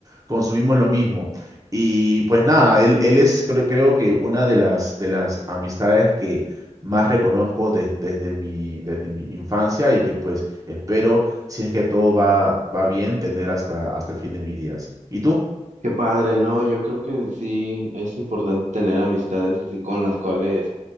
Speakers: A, on the right; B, on the right.
A: Consumimos lo mismo. Y pues nada, él, él es creo, creo que una de las, de las amistades que más reconozco de- desde mi, desde mi infancia y que pues espero, si es que todo va, va bien, tener hasta, hasta el fin de mis días. ¿Y tú?
B: qué padre, ¿no? Yo creo que sí es importante tener amistades así con las cuales,